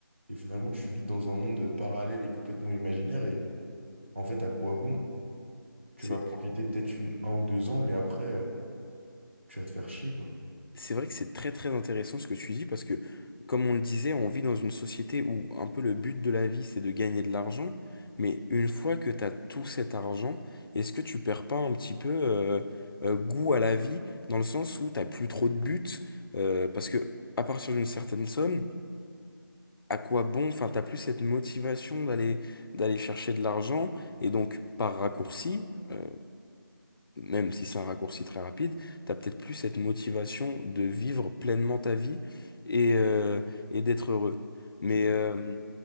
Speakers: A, on the right; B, on the left.
A: Et finalement, tu vis dans un monde parallèle et complètement imaginaire. Et en fait, à quoi bon? Tu
B: C'est
A: vas profiter peut-être une- un ou deux ans, mais après, euh, tu vas te faire chier, quoi.
B: C'est vrai que c'est très très intéressant ce que tu dis parce que, comme on le disait, on vit dans une société où un peu le but de la vie c'est de gagner de l'argent, mais une fois que tu as tout cet argent, est-ce que tu perds pas un petit peu euh, euh, goût à la vie dans le sens où t'as plus trop de but euh, parce que à partir d'une certaine somme, à quoi bon, enfin t'as plus cette motivation d'aller d'aller chercher de l'argent et donc par raccourci. euh, même si c'est un raccourci très rapide, t'as peut-être plus cette motivation de vivre pleinement ta vie et, euh, et d'être heureux. Mais,
A: Je suis d'accord.
B: euh,